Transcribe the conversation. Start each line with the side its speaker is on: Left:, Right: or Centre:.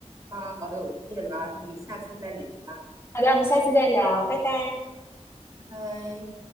Right: 啊《老友记》了，那我们下次再聊吧，
Left: 好的，我们下次再聊，拜拜。
Right: 拜拜。